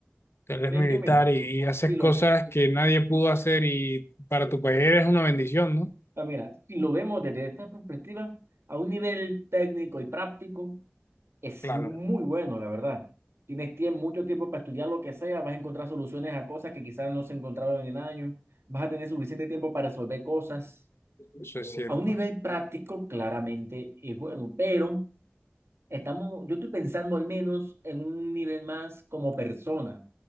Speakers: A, on the left; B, on the right.
A: te vuelves
B: Sí,
A: militar
B: Es que mira,
A: y, y haces
B: si lo,
A: cosas que nadie pudo hacer y para tu país eres una bendición, ¿no?
B: ah, mira, si lo vemos desde esta perspectiva, a un nivel técnico y práctico, Es
A: Claro,
B: muy bueno, la verdad. Tienes tiempo, mucho tiempo para estudiar lo que sea, vas a encontrar soluciones a cosas que quizás no se encontraron en años, vas a tener suficiente tiempo para resolver cosas.
A: eso es cierto.
B: A un nivel práctico, claramente es bueno, pero estamos, yo estoy pensando al menos en un nivel más como persona,